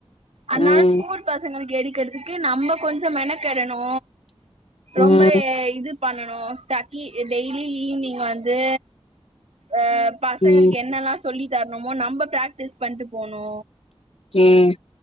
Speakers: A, on the right; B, on the left.
A: அத்னால
B: ம்
A: ஸ்கூல் பசங்களுக்கு எடுக்கறதுக்கு நம்ம கொஞ்சோ மெனக்கெடனு
B: ம்
A: ரொம்ப எ இது பண்ணனு டக்கி எ டெய்லி ஈவி்னிங் வந்து அ பசங்களுக்
B: ம்
A: என்னல்லா சொல்லி தர்ணுமோ நம்ப பிராக்டிஸ் பண்ட்டு போனு
B: ம்